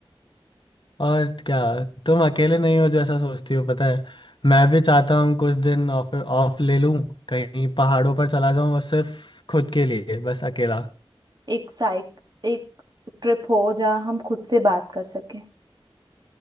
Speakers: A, on the left (about 55°); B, on the right (about 50°).
A: और क्या तुम अकेले नहीं हो जैसा सोचती हो पता है मैं भी चाहता हूँ कुछ दिन ऑफ ऑफ ले लूँ कहीं पहाड़ों पर चला जाऊँ और सिर्फ खुद के लिए बस अकेला
B: एक साइक एक ट्रिप हो जहाँ हम खुद से बात कर सकें